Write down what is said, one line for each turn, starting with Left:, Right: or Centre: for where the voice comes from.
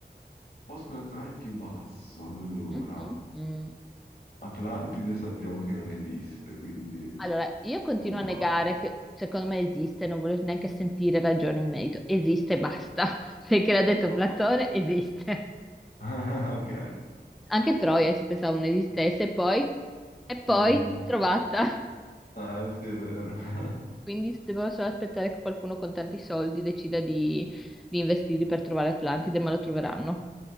Left: Posto naturale più basso, allora.
Centre: Mhm, mm.
Left: Atlantide sappiamo che non esiste, quindi
Centre: Allora, io continuo
Left: non vale.
Centre: a negare che secondo me esiste, non voglio neanche sentire ragioni in merito. Esiste e basta, <laughs> perché l'ha detto
Left: Ah.
Centre: Platone, esiste.
Left: <laughs> Ok.
Centre: Anche Troia si pensava non esistesse, e poi, e poi
Left: Mm,
Centre: trovata.
Left: Eh, sì, è vero. <laughs>
Centre: Quindi dobbiamo solo aspettare che qualcuno con tanti soldi decida di, di investirli per trovare Atlantide, ma lo troveranno.